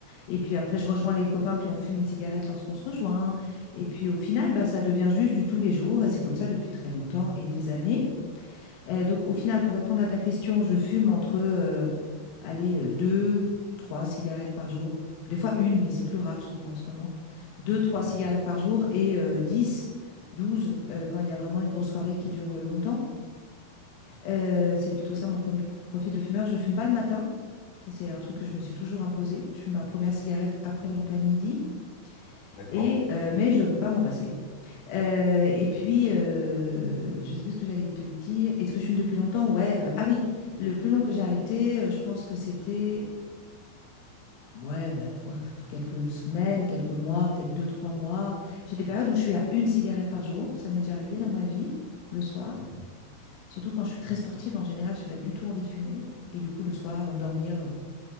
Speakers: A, on the left; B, on the left.
A: Et puis après, je rejoins les copains, puis on fume une cigarette lorsqu'on se rejoint. Et puis au final, bah, ça devient juste du tous les jours. Et c'est comme ça depuis très longtemps et des années. Euh, donc, au final, pour répondre à ta question, je fume entre, euh, allez, euh, deux, trois cigarettes par jour. Des fois une, mais c'est plus rare, je trouve, en ce moment. Deux, trois
B: Mhm.
A: cigarettes par jour et euh, 10, 12 euh, quand il y a vraiment une grosse soirée qui dure euh, longtemps. Euh, c'est plutôt ça mon pro- profil de fumeur. Je fume pas le matin. Ça, c'est un truc que je me suis toujours imposé. Je fume ma première cigarette après le repas de midi.
B: D'accord?
A: Et, euh, mais je peux pas m'en passer. Euh, et
B: Ok.
A: puis, euh, je sais plus ce que j'allais te dire. Est-ce que je fume depuis longtemps? Ouais, bah, ah oui, le plus long que j'ai arrêté, euh, je pense que c'était ouais, bah, ouais, quelques semaines, quelques mois, peut-être deux, trois mois. J'ai des périodes où je suis à une cigarette par jour. Ça m'est déjà arrivé dans ma vie, le soir.
B: Mhm.
A: Surtout quand je suis très sportive, en général, j'ai pas du tout envie de fumer. Et du coup, le soir, avant de dormir, euh,